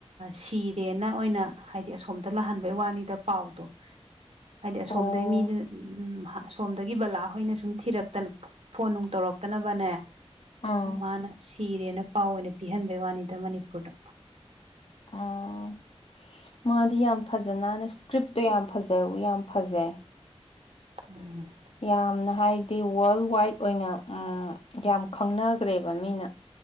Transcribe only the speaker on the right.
ꯁꯤꯔꯦꯅ ꯑꯣꯏꯅ ꯍꯥꯏ ꯍꯥꯏꯗꯤ ꯑꯁꯣꯝꯗ ꯂꯥꯛꯍꯟꯕꯩ ꯋꯥꯅꯤꯗ ꯄꯥꯎꯗꯣ ꯍꯥꯏꯗꯤ ꯑꯁꯣꯝꯗꯩ
ꯃꯤꯗꯨ ꯎꯝ ꯁꯣꯝꯗꯒꯤ ꯕꯂꯥꯍꯣꯏꯅ ꯁꯨꯝ ꯊꯤꯔꯛꯇ ꯐꯣꯟ ꯅꯨꯡ ꯇꯧꯔꯛꯇꯅꯕꯅꯦ
ꯃꯥꯅ ꯁꯤꯔꯦꯅ ꯄꯥꯎ ꯑꯣꯏꯅ ꯄꯤꯍꯟꯕꯩ ꯋꯥꯅꯤꯗ ꯃꯅꯤꯄꯨꯔꯗ
ꯎꯝ